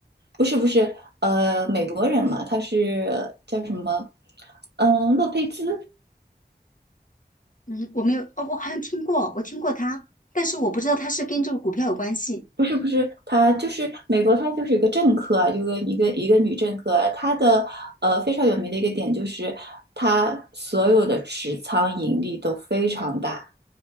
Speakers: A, on the right (about 80°); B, on the left (about 50°).
A: 不是不是呃美国人嘛，他是叫什么？嗯、洛佩兹。
B: 嗯，我没有，哦，我好像听过，我听过他，但是我不知道他是跟这个股票有关系，
A: 不是不是，她就是美国，她就是一个政客啊，就是一个一个女政客啊。她的呃非常有名的一个点就是，她所有的持仓盈利都非常大，